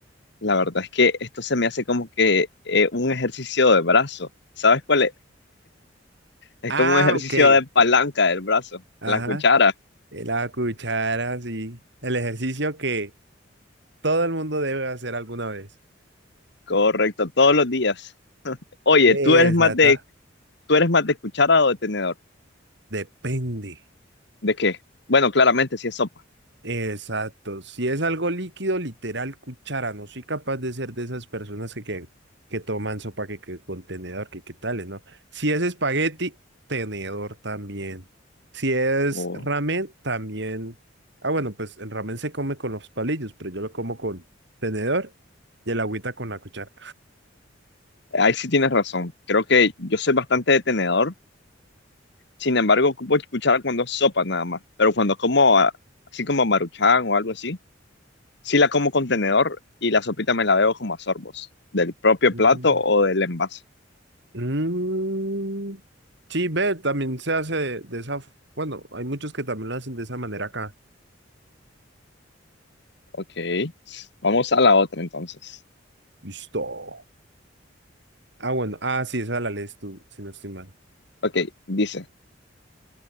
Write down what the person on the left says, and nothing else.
La verdad es que esto se me hace como que eh, un ejercicio de brazo. ¿Sabes cuál es? Es
como un ejercicio
de palanca del brazo,
la cuchara.
Correcto, todos los días. Oye,
¿tú eres más de, tú eres más de cuchara o de tenedor?
¿De qué? Bueno, claramente sí es sopa.
O-
ahí sí tienes razón. Creo que yo soy bastante de tenedor. Sin embargo, ocupo cuchara cuando es sopa nada más. Pero cuando como ah, así como maruchan o algo así, sí la como con tenedor y la sopita me la bebo como a sorbos, del propio
plato o del envase.
Ok, vamos a la otra entonces.
Ok, dice,